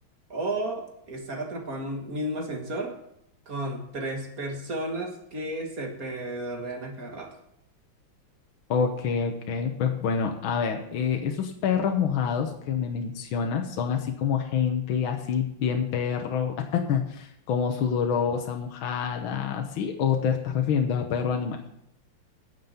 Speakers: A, on the right (about 45°); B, on the left (about 75°).
A: o estar atrapado en un mismo ascensor con tres personas que se pedorrean a cada rato.
B: Ok, ok, pues bueno, a ver, eh, esos perros mojados que me mencionas son así como gente, así bien perro, <laughs> como sudorosa, mojada, ¿sí? ¿O te estás refiriendo a perro animal?